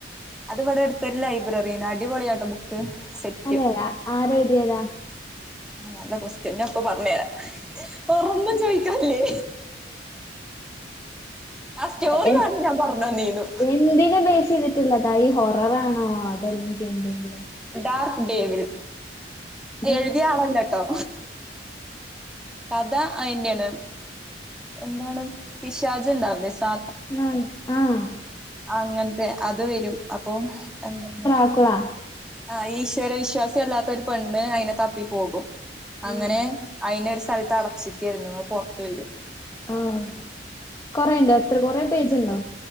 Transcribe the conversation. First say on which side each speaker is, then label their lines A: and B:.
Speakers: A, in the centre; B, on the left.
A: അത് ഇവടെ അട്ത്തൊരു ലൈബ്രറീന്ന് അടിപൊളിയാട്ടൊ ബുക്ക് സെറ്റ്
B: അതെ ആരെഴുതിയതാ
A: ആഹ് നല്ല കൊസ്റ്റ്യൻ ഞാൻ ഇപ്പൊ പർഞ്ഞേര വേറൊന്നും ചൊയ്ച്ചാല്ലെ ആഹ് സ്റ്റോറി
B: എ
A: പറ്ഞ്ഞ ഞാൻ പർഞന്നീന്നു
B: എന്തിനെ ബേസ് ചെയ്തിട്ടുള്ളതാ ഈ ഹൊററാണോ അതല്ലെങ്കി എന്തെങ്കിലും
A: ഡാർക്ക് ഡേവിൾ
B: ഡാർക്ക്
A: എഴുതിയ ആളല്ലട്ടോ കഥ അയിന്റെയാണ് എന്താണ് പിശാച് ണ്ടാവൂലെ സാ
B: എന്നാലും ആഹ്
A: അങ്ങൻത്തെ അത് വരും അപ്പൊ എന്താ
B: ബുക്കുകളാ
A: ആഹ് ഈശ്വര വിശ്വാസി അല്ലാത്ത ഒരു പെണ്ണ് അയിനെ തപ്പി പോകും അങ്ങനെ
B: ആഹ്
A: അയിനെ ഒരു സ്ഥലത്ത് അടച്ചിക്കായിരുന്നു അത് പൊറത്ത് വരും
B: ആഹ് കൊറെണ്ടോ എത്ര കൊറെ പേജുണ്ടോ